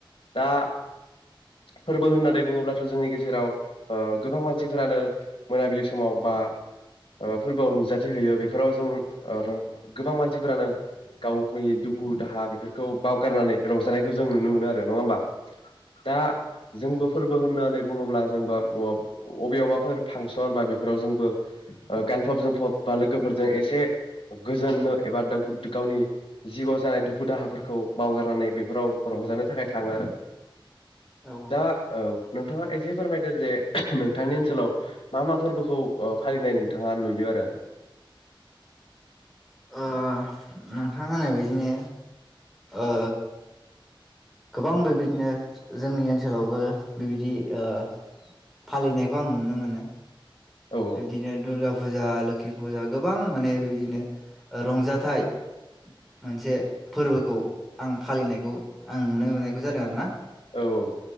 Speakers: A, on the left; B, in the centre.
A: दा फोरबो होननानै बुङोब्लाथ जोंनि गेजेराव ओ गोबां मानसिफोरानो मोनाबिलि समाव बा ओ फोरबोआव नुजाथिहयो बेफोराव जों ओ गोबां मानसिफोरानो गावनि दुखु दाहा बेफोरखौ बावगारनानै रंजानायखौ जों नुनो मोनो आरो नङा होमबा दा जोंबो फोरबो होननानै बुङोब्ला जोंबो अबेवबाफोर फांसन बा बेफोराव जोंबो ओ गानफब जोमफब बा लोगोफोरजों एसे गोजोननो एबा गावनि जिउआव जानाय दुखु दाहाफोरखौ बावगारनानै बेफोराव रंजानो थाखाय थाङो आरो।
B: औ
A: दा औ नोंथाङा एसे फोरमायदो जे नोंथांनि ओनसोलाव मा मा फोरबोखौ ओ फालिनाय नोंथाङा नुयो आरो?
B: ओ नोंथां होननाय बिदिनो ओ गोबां बेबायदिनो जोंनि ओनसोलावबो बेबायदि ओ फालिनायखौ आं नुनो मोनो।
A: औ
B: बेदिनो दुर्गाजा फुजा लोखि फुजा गोबां माने बिदिनो ओ रंजाथाइ मोनसे फोरबोखौ आं फालिनायखौ आं नुनो मोननायखौ जादों आरो ना?
A: औ औ